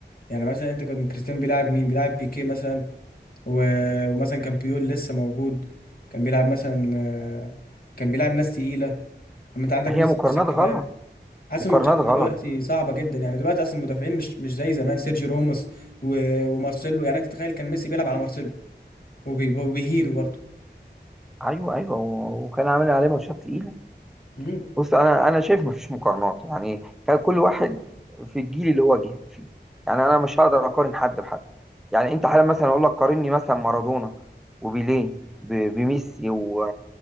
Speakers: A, on the left; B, in the centre.
A: يعني مثلا انت كان كريستيانو بيلعب مين بيلعب بيكيه مثلا و... ومثلا كان بيول لسه موجود كان بيلعب مثلا كان بيلعب ناس تقيلة اما انت عندك
B: هي
A: ميسي
B: مقارنات
A: نفس الكلام
B: غلط
A: حاسس
B: مقارنات
A: المقارنه
B: غلط
A: دلوقتي صعبه جدا يعني دلوقتي اصلا المدافعين مش مش زي زمان سيرجي راموس و- ومارسيلو يعني انت تخيل كان ميسي بيلعب على مارسيلو وبي- وبيهيله برضه
B: ايوه ايوه و- وكان عامل عليه ماتشات تقيله
A: امم
B: بص انا انا شايف مفيش مقارنات يعني كان كل واحد في الجيل اللي هو جه فيه يعني انا مش هقدر اقارن حد بحد يعني انت حالا مثلا اقول لك قارني مثلا مارادونا وبيليه ب- بميسي و...